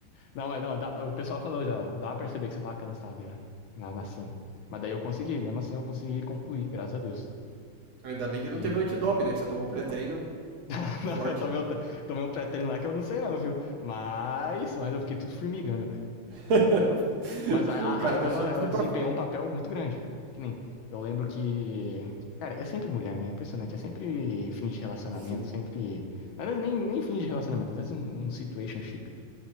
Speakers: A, on the left; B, on the right.
A: Não, mas não, dá- o pessoal falou já, dá pra perceber que você tava cansado já, na, na sim. Mas daí eu consegui, mesmo assim eu consegui concluir, graças a Deus.
B: Ainda bem que não
A: E,
B: teve um antidoping, né? Que você tomou um pré-treino
A: <laughs>
B: forte.
A: não, eu tomei,
B: né?
A: um- tomei um pré-treino lá que eu não sei não, viu? Mas, mas eu fiquei tudo formigando, cara.
B: <laughs>
A: Mas a, a
B: O
A: raiva,
B: cara deixou
A: ela,
B: tudo
A: ela
B: pra
A: desempenhou
B: fora.
A: um papel muito grande. Que nem, eu lembro que. Cara, é sempre mulher, né? Impressionante. É sempre fim de relacionamento,
B: Sim.
A: sempre. Às vezes nem, nem fim de relacionamento, às vezes um, um situationship ali.